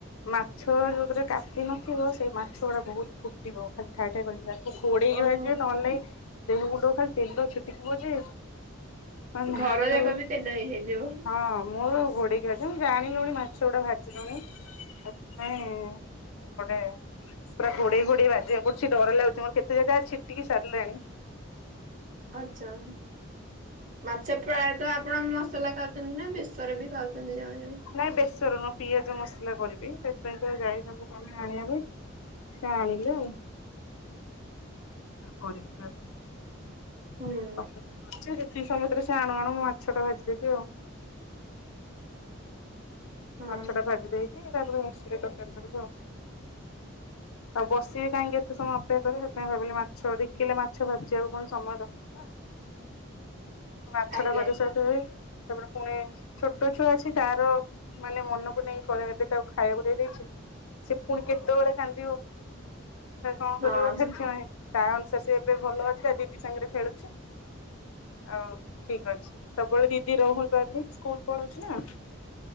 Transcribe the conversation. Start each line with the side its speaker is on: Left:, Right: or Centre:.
Left: ମାଛ ଯୋଉଥିରେ କାତି ନଥିବ ସେଇ ମାଛ ଗୁଡା ବହୁତ ଫୁଟିବ ଖାଲି ଠାଏ ଠାଏ କରିକିନା। ଘୋଡେଇ
Right: ଓହୋ
Left: କି ଭାଜିବେ ନହେଲେ ନାହିଁ ଦେହ ମୁଣ୍ଡକୁ ଖାଲି ତେଲ ଛିଟିକିବ ଯେ ଆଉ
Right: ଘର ଯାକ ବି ତେଲ ହେଇଯାଇଥିବ।
Left: ହଁ ମୁଁ ଘୋଡେଇକି ଆସି ଜାଣିଲୁଣି ମାଛ ଗୁଡା ଭାଜିଲୁଣି ସେଥିପାଇଁ ଗୋଟେ ପୁରା ଘୋଡେଇ ଘୋଡେଇ ଭାଜିବାକୁ ପଡୁଛି ଡର ଲାଗୁଛି ମୋର କେତେ ଜାଗା ଛିଟିକି ସାରିଲାଣି।
Right: ଆଚ୍ଚା ମାଛ ପ୍ରାୟତଃ ଆପଣ ମସଲା କାଉ ନା ବେସର ବି ଖାଉଛନ୍ତି ଜଣେ ଜଣେ
Left: ନାଇଁ ବେସର ନୁହଁ ପିଆଜ ମସଲା କରିବି ସେଥିପାଇଁ ତ ଯାଇଛନ୍ତି ସ୍ୱାମୀ ଆଣିବାକୁ। ସଉଲିଲେ ହୁଁ କରିବି ରାତିକୁ
Right: ହୁଁ
Left: ଯେତିକି ସମୟରେ ସେ ଆଣୁ ଆଣୁ ମୁଁ ମାଛ ଟା ଭାଜିଦେବି ଆଉ।
Right: ହଁ
Left: ମାଛ ଟା ଭାଜି ଦେଇକି ତାପରେ ଆସିଲେ ତରକାରି କରିବୁ ଆଉ। ଆଉ ବସିବି କାହିଁକି ଏତେ ସମୟ ଅପେକ୍ଷା କରି ବି ସେଥିପାଇଁ ଭାବିଲି ମାଛ ଦି କିଲେ ମାଛ ଭାଜିବାକୁ ପୁଣି ସମୟ ଦରକାର୍ ହେଲା ମାଛ
Right: ଆଜ୍ଞା
Left: ଟା ଭଜା ସରୁ <unintelligible> ତାପରେ ପୁଣି ଛୋଟ ଛୁଆ ଅଛି ତାର ମାନେ ମନକୁ ନେଇ କଳେ ଏବେ ତାକୁ ଖାଇବାକୁ ଦେଇ ଦେଇେଇଛି ସେ ପୁଣି କେତେବେଳେ କାନ୍ଦିବ ସେ କଣ କରିବ
Right: ହଁ
Left: ସେଥିପାଇଁ ତା ଅନୁସାରେ ସେ ଏବେ ଭଲ ଅଛି ତା ଦିଦି ସାଙ୍ଗରେ ଖେଳୁଛି। ଆଉ ଠିକ୍ ଅଛି ସବୁବେଳେ ଦିଦି ରହପାରୁନି ସ୍କୁଲ ପଳଉଛି ନା।